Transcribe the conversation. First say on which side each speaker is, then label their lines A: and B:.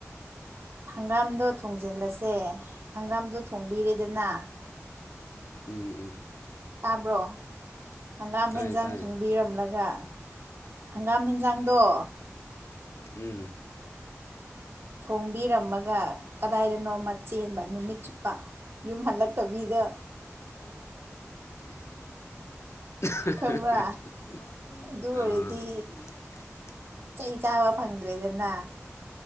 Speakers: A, on the right; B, on the left.
A: ꯍꯪꯒꯥꯝꯗꯣ ꯊꯣꯡꯖꯤꯜꯂꯁꯦ ꯍꯪꯒꯥꯝꯗꯣ ꯊꯣꯡꯕꯤꯔꯦꯗꯅ
B: ꯎꯝ ꯎꯝ
A: ꯇꯥꯕ꯭ꯔꯣ ꯍꯪꯒꯥꯝ
B: ꯇꯥꯏ
A: ꯍꯦꯟꯖꯥꯡ
B: ꯇꯥꯏ
A: ꯊꯣꯡꯕꯤꯔꯝꯂꯒ ꯍꯪꯒꯥꯝ ꯍꯦꯟꯖꯥꯡ ꯗꯣ
B: ꯎꯝ
A: ꯊꯣꯡꯕꯤꯔꯝꯃꯒ ꯀꯗꯥꯏꯗꯅꯣꯃ ꯆꯦꯟꯕ ꯅꯨꯃꯤꯠ ꯆꯨꯞꯄ ꯌꯨꯝ ꯍꯜꯂꯛꯇꯤꯗ ꯇ
B: <unintelligible> <inaudible> ꯑꯥ
A: ꯈꯪꯕ꯭ꯔꯥ ꯑꯗꯨ
B: <unintelligible>
A: ꯑꯣꯏꯔꯗꯤ ꯆꯩ ꯆꯥꯕ ꯐꯪꯗ꯭ꯔꯦꯗꯅ